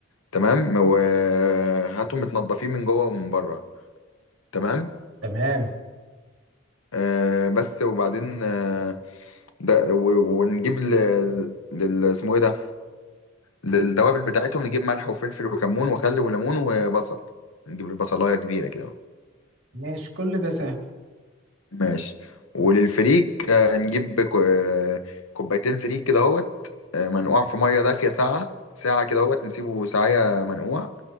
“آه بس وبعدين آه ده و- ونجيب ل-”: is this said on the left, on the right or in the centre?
Left